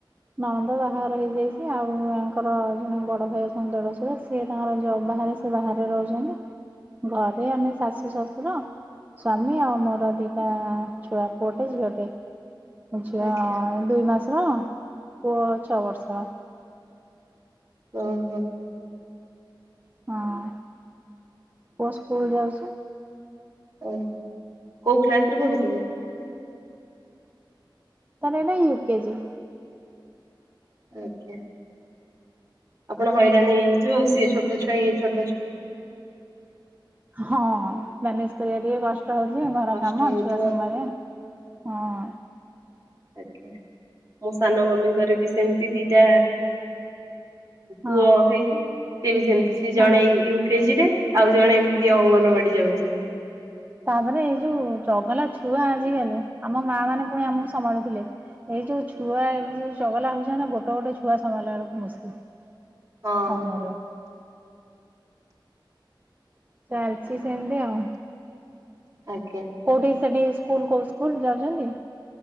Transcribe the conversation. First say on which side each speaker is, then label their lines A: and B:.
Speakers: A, on the right; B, on the right.
A: ନଣନ୍ଦ ବାହାଘର ହେଇଯାଇଚି ଆଉ ତାଙ୍କର ଜଣେ ବଡ ଭାଇ ଅଛନ୍ତି ଦେଢଶୁର ସିଏ ତାଙ୍କର ଜବ ବାହାରେ ସେ ବାହାରେ ରହୁଚନ୍ତି ଘରେ ଆମେ ଶାଶୁ ଶଶୁର ସ୍ଵାମୀ ଆଉ ମୋର ଦିଟା ଛୁଆ ପୁଅଟେ ଝିଅଟେ। ଝିଅ
B: ଆଜ୍ଞା
A: ଦୁଇ ମାସର, ପୁଅ ଛଅ ବର୍ଷର।
B: ଓ ହୋ।
A: ହଁ ପ ସ୍କୁଲ ଯାଉଛି?
B: ଓୋ କୋଉ କ୍ଲାସ ରେ ପଢୁଛି କି?
A: ତାନେ ନାଇଁ ୟୁକେଜି।
B: ଆକେ ଆପଣ ହଇରାଣ ହେଇଯାଉଥିବେ ଆଉ ସିଏ ଛୋଟ ଛୁଆ ଇଏ ଛୋ
A: ହଁ ମ୍ୟାନେଜ କରିବା ଟିକେ କଷ୍ ଟ ହଉଚି, ଘର
B: କଷ୍ଟ
A: କାମ
B: ହଉଥିବ
A: ଛୁଆ ସମ୍ଭାଳିବା
B: ଆଉ
A: ହଁ।
B: ଆଜ୍ଞା ମୋ ସାନ ମମିଙ୍କର ବି ସେମିତି ଦିଟା
A: ହଁ
B: ପୁଅ ହେଇଚି ସିଏ ବି ସେମତି ସିଏ
A: ହଁ
B: ଜଣେ ୟୁ କେଜି ରେ ଆଉ ଜଣେ ଏମିତି ଅଙ୍ଗନବାଡି ଯାଉଚି।
A: ତାପରେ ଏଇ ଯୋଉ ଚଗଲା ଛୁଆ ଆଜିକାଲି ଆମ ମା ମାନେ ପୁଣି ଆମକୁ ସମ୍ଭାଳୁଥିଲେ ଏ ଏଇ ଯୋଉ ଛୁଆ ଏବେ ଯୋଉ ଚଗଲା ହଉଚନ୍ତି ଗୋଟ ଗୋଟେ ଛୁଆ ସମ୍ଭାଳିଲା ବେଳକୁ ମୁଶକିଲ୍। କଣ
B: ହଁ
A: କରିବ? ଚାଲିଚି ସେମିତି ଆଉ।
B: ଆଜ୍ଞା।
A: କୋଉଠି ସେଠି ସ୍କୁଲ କୋଉ ସ୍କୁଲ ଯାଉଚନ୍ତି?